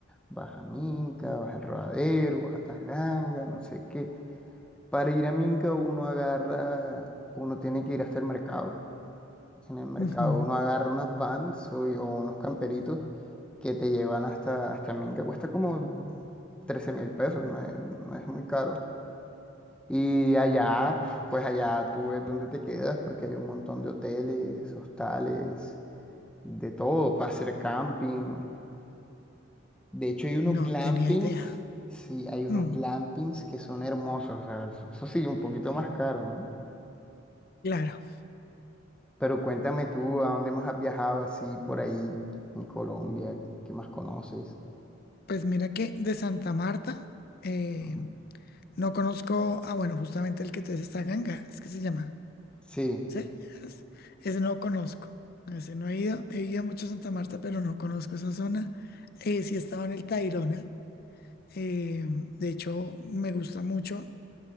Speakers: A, in the centre; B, on the left.
A: vas a Minca, vas al Rodadero, vas a Taganga, no sé qué. Para ir a Minca uno agarra, uno tiene que ir hasta el mercado. En el mercado
B: ujú.
A: uno agarra unas vans o, o unos camperitos que te llevan hasta, hasta Minca, cuesta como trece mil pesos, no es, no es muy caro. Y allá, pues allá tú ves dónde te quedas, porque hay un montón de hoteles, hostales, de todo, para hacer camping. De hecho, hay unos
B: No
A: glampings,
B: tenía idea.
A: sí, hay unos
B: Mm,
A: glampings que son hermosos, o sea, eso eso sí, un poquito más caro, ¿no?
B: claro.
A: Pero cuéntame tú, ¿a dónde más has viajado así por ahí en Colombia? ¿Qué más conoces?
B: Pues mira que de Santa Marta eh,
A: Ujú.
B: no conozco, ah bueno, justamente el que te dice esta ganga, es que se llama,
A: Sí,
B: ¿sí? Es- ese no conozco, ese no he ido, he ido mucho a Santa Marta, pero no conozco esa zona. Eh, sí he estado en el Tayrona, eh, de hecho me gusta mucho,